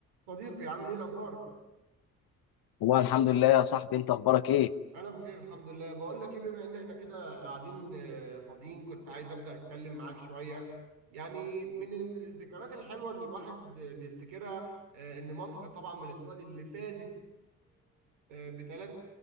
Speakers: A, on the right (about 80°); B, on the left (about 60°).
A: صديقي عامل ايه الاخبار
B: والله الحمد لله يا صاحبي انت اخبارك ايه
A: انا بخير الحمد لله بقول لك ايه بما ان احنا كده قاعدين آه، فاضيين كنت عايز ابدا اتكلم معاك شويه يعني من الذكريات الحلوه ان الواحد آه، بيفتكرها آه، ان مصر طبعا من الدول اللي فازت بثلاث